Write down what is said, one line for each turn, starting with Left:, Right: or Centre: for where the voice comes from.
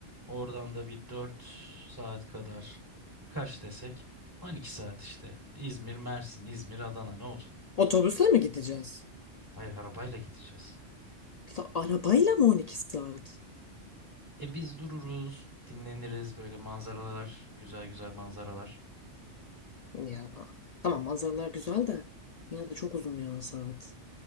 Right: oradan da bir dört saat kadar Kaş desek 12 saat işte. İzmir, Mersin, İzmir, Adana ne olacak?
Left: Otobüsle mi gideceğiz?
Right: Hayır arabayla gideceğiz.
Left: La, arabayla mı 12 saat?
Right: E biz dururuz, dinleniriz böyle manzaralar, güzel güzel manzaralar.
Left: Ya tamam manzaralar güzel de yine de çok uzun ya saat.